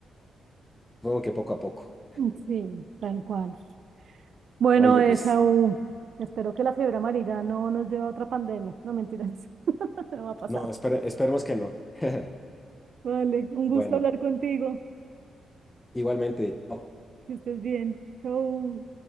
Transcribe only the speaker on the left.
supongo que poco a poco.
Oye,
pues
no, espere- esperemos que no. <laughs>
Bueno,
igualmente. Chao.